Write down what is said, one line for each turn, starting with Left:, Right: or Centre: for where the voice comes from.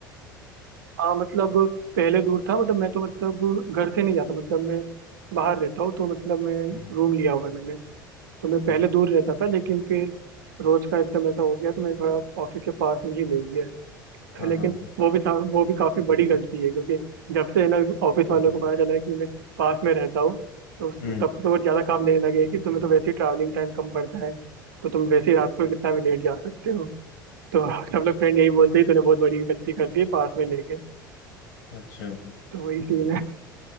Right: हाँ मतलब पहले दूर था मतलब मैं तो मतलब घर से नहीं जाता मतलब मैं बाहर रहता हूँ तो मतलब मैं
Left: हम्म
Right: रूम लिया हुआ है मैंने तो मैं पहले
Left: हम्म
Right: दूर रहता था लेकिन फिर रोज का एकदम ऐसा हो गया तो मैंने थोड़ा ऑफिस के पास में ही ले लिया है तो
Left: हाँ
Right: लेकिन
Left: हाँ हाँ,
Right: वो भी सा- वो भी काफी बड़ी गलती है क्योंकि जब से है ना ऑफिस वालों को पता चला है कि मैं पास में रहता हूँ तो उस-
Left: हम्म
Right: तब से तो वो ज्यादा काम देने लगे हैं कि तुम्हें तो वैसे ही ट्रैवलिंग टाइम कम पड़ता है तो तुम वैसे ही रात को कितना भी लेट जा सकते हो तो <laughs> सब लोग फ्रेंड यही बोलते हैं तूने बहुत बड़ी गलती कर दी है पास में लेके
Left: अच्छा
Right: तो वही सीन है